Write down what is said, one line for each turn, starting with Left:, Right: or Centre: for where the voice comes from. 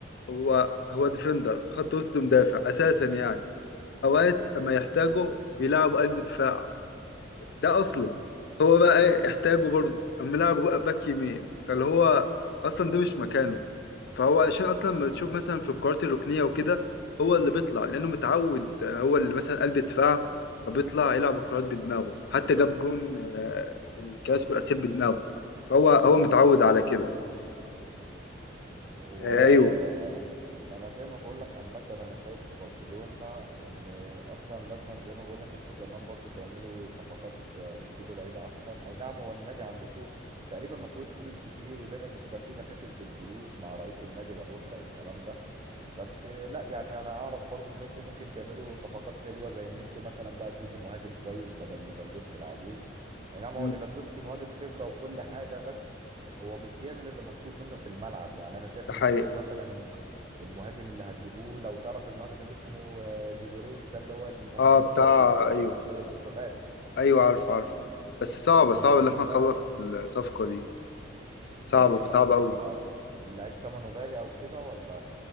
Left: هو هو ديفندر خط وسط مدافع اساسا يعني اوقات اما يحتاجه بيلعبوا قلب دفاع ده اصله هو بقى ايه احتاجه برضه اما لاعب باك يمين فاللي هو اصلا ده مش مكانه فهو عشان اصلا ما بتشوف مثلا في الكرات الركنيه وكده هو اللي بيطلع لانه متعود هو اللي مثلا قلب دفاع فبيطلع يلعب الكرات بدماغه حتى جاب جون آه، في الكلاسيكو الاخير بدماغه فهو هو متعود على كده
Right: بص وانا
Left: آه، ايوه
Right: انا زي ما بقول لك عامه انا شايف في برشلونه ان اصلا لازما زي ما بقول لك انتوا كمان برضو تعملوا صفقات وتجيبوا لعيبه احسن اي نعم هو النادي عندكم تقريبا ما فيهوش فلوس كتير ودايما بتبقى فيه مشاكل في الفلوس مع رئيس النادي لابورتا والكلام ده بس لا يعني انا اعرف برضو ان انتوا ممكن تعملوا صفقات حلوه زي ان انتوا مثلا بقى تجيبوا مهاجم كويس بدل ليفاندوسكي العجوز اي نعم
Left: مم،
Right: هو ليفاندوسكي مهاجم خبره وكل حاجه بس هو مش بيعمل اللي مطلوب منه في الملعب يعني انا شايف
Left: ده
Right: ان
Left: حقيقي
Right: انتوا مثلا الم- المهاجم اللي هتجيبوه لو تعرف المهاجم اللي اسمه آه، جيجوريز ده اللي هو المهاجم
Left: اه بتاع
Right: الدوري اللي بيلعب
Left: ايوه
Right: في الدوري البرتغالي
Left: ايوه عارفه عارفه بس صعبه
Right: المهاجم
Left: صعبه اللي احنا
Right: ده
Left: نخلص الصفقه دي صعبه
Right: ليه مثلا
Left: صعبه قوي
Right: هو اللعيب تمنه غالي او كده ولا